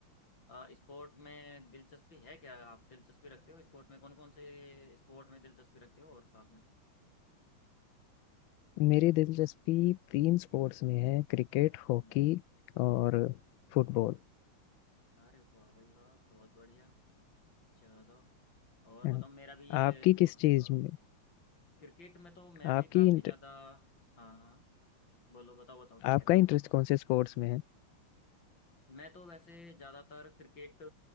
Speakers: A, on the left; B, on the left.
A: अ, स्पोर्ट में दिलचस्पी है क्या आप दिलचस्पी रखते हो स्पोर्ट में कौन कौन से स्पोर्ट में दिलचस्पी रखते हो और साथ में
B: मेरी दिलचस्पी तीन स्पोर्ट्स में है क्रिकेट हॉकी
A: हम्म,
B: और फुटबॉल
A: अरे वाह भाई वाह बहुत बढ़िया चलो और
B: हाँ,
A: बताओ मेरा भी ये
B: आपकी
A: स्पोर्ट
B: किस चीज़ में
A: क्रिकेट में तो मैं भी
B: आपकी
A: काफ़ी
B: इंट-
A: ज़्यादा हाँ हाँ बोलो बताओ बताओ क्या कहते
B: आपका इंटरेस्ट
A: हैं आप
B: कौन से स्पोर्ट्स में है
A: मैं तो वैसे ज़्यादातर क्रिकेट